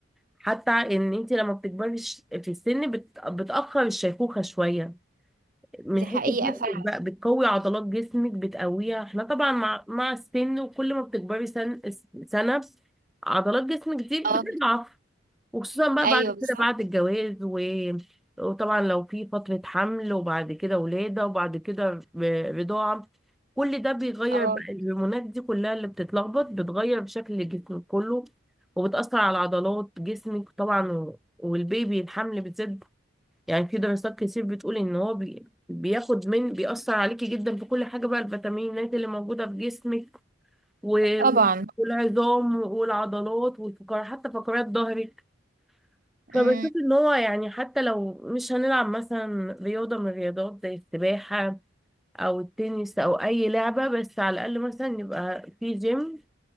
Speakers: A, in the centre; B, on the right.
A: حتى ان انت لما بتكبري ش- في السن بت- بتاخر الشيخوخه شويه من
B: دي
A: حيث
B: حقيقة
A: جسمك
B: فعلا
A: بقى بتقوي عضلات جسمك بتقويها احنا طبعا مع مع السن وكل ما بتكبري سن سنه عضلات جسمك دي
B: اه
A: بتضعف وخصوصا بقى
B: ايوه
A: بعد كده
B: بالظبط
A: بعد الجواز و... وطبعا لو في فترة حمل وبعد كده ولادة وبعد كده ب- رضاعة كل ده بيغير
B: اه
A: بقى الهرمونات دي كلها اللي بتتلخبط بتغير شكل جسمك كله وبتأثر على عضلات جسمك طبعا و... والبيبي الحمل بتزيد يعني في دراسات كتير بتقول ان هو بي... بياخد من بيأثر عليكي جدا في كل حاجة بقى الفيتامينات اللي موجودة في جسمك و...
B: طبعا
A: والعظام والعضلات والفقرات حتى فقرات ظهرك فبشوف
B: امم
A: ان هو يعني حتى لو مش هنلعب مثلا رياضة من الرياضات زي السباحة او التنس او اي لعبة بس على الاقل مثلا يبقى في جيم